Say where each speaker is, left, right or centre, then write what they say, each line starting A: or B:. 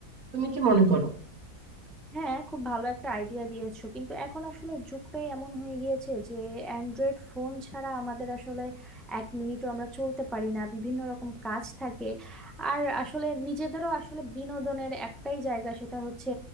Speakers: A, on the right; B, in the centre.
A: তুমি কি মনে করো
B: হ্যাঁ খুব ভালো একটা আইডিয়া দিয়েছো কিন্তু এখন আসলে যুগটাই এমন হয়ে গিয়েছে যে অ্যান্ড্রয়েড ফোন ছাড়া আমাদের আসলে এক মিনিটও আমরা চলতে পারি না বিভিন্ন রকম কাজ থাকে আর আসলে নিজেদেরও আসলে বিনোদনের একটাই জায়গা সেটা হচ্ছে